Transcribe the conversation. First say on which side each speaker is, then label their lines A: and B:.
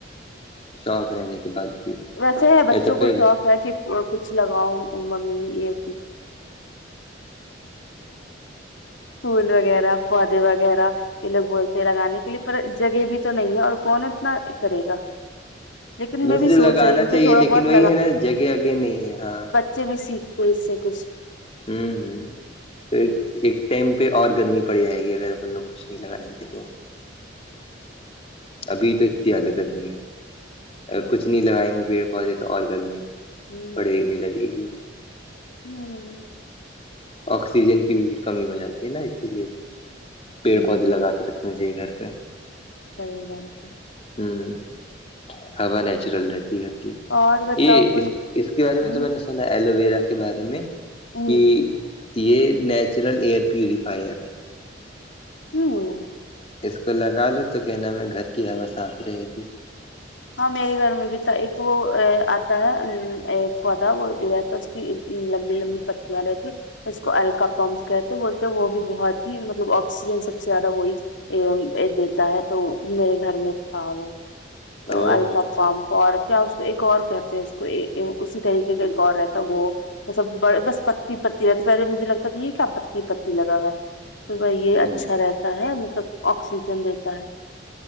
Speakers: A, on the left (about 30°); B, on the left (about 75°).
A: شوق رہنے کے بعد بھی
B: ویسے ہے بچوں
A: یا تو
B: کو
A: پھر
B: شوق ہے کہ کچھ لگاؤ ممی یہ پھول وغیرہ پودے وغیرہ یہ لوگ بولتے ہیں لگانے کے لیے پر جگہ بھی تو نہیں ہے اور کون اتنا کرے گا لیکن
A: ویسے
B: میں بھی سوچ
A: تو لگانا
B: رہی ہوں کہ
A: چاہیے
B: تھوڑا
A: لیکن
B: بہت
A: وہی ہے نا جگہ اگے نہیں ہے ہاں
B: چے بھی سیکھتے اس سے کچھ
A: ہوں ہ پھر ایک ٹائم پہ اور گرمی پڑ جائے گی اگر اپن لوگ کچھ نہیں لگائیں گے تو ابھی تو اتنی زیادہ گرمی ہے ا
B: ہوں
A: کچھ نہیں لگائیں گے پیڑ پودے تو اور گرمی
B: ہمم‌ہمم
A: پڑنے لگے گی آکسیجن کی بھی بھی کمی ہو جاتی ہے نا اسی لیے پیڑ
B: ہوں
A: پودے لگا کے رکھنی چاہیے گھر پہ
B: صحی بات
A: ہوں ہوا نیچرل رہتی ہےھر
B: اور بتاؤ
A: یہ
B: کوئی
A: اس اس کے بارے میں
B: ہوں
A: تو میں نے ایلو ویرا کے بارے میں
B: ہوں
A: کہ یہ نیچرل ایئر پیوریفائر ہے
B: ہمم
A: اس کو لگا لو تو کہ نام ہے گھر کی ہوا صاف رہے گی
B: ہاں میرے گھر میں بھی تھا ایک وہ آتا ہے پودا وہتا لمبی لمبی پتیاں رہتی اس کو الکاپام جو کہتے بولتے ہیں وہ بھی بہت ہی مطلب آکسیجن سب سے زیادہ وہی دیتا ہے تو میرے گھر میں تھا وہ
A: او
B: الفا
A: ہو
B: فام کو اور کیا اس کو ایک اور کہتے ہیں اس کو اسی طریقے کا ایک اور رہتا ہے وہ مطسب بڑے بس پتی پتی رہتی پہے مجھے لگتا تھا یہ کیا پتی پتی لگا ہوا ہے تو بھائی یہ
A: ہ
B: اچھا رہتا ہے مطلب آکسیجن دیتا ہے